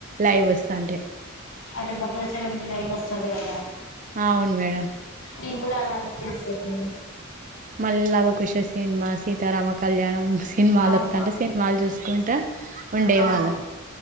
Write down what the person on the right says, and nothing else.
లైవ్ వస్తంటే.
అవును మేడం
మళ్ళ లావకుష సినిమా సీతారామ కళ్యాణం సినిమాలు
వత్తంటే సినిమాలు చూసుకుంటా ఉండేవాళ్ళం